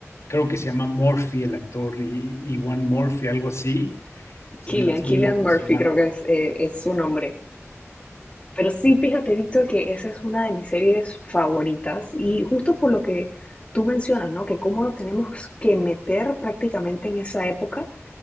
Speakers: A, on the left; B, on the left.
A: Creo que se llama Murphy el actor y, y One Murphy, algo así. Se
B: Killian,
A: me hace
B: Killian
A: impresionante.
B: Murphy creo que es, eh, es su nombre. Pero sí, fíjate, Víctor, que esa es una de mis series favoritas y justo por lo que tú mencionas, ¿no? Que cómo nos tenemos que meter prácticamente en esa época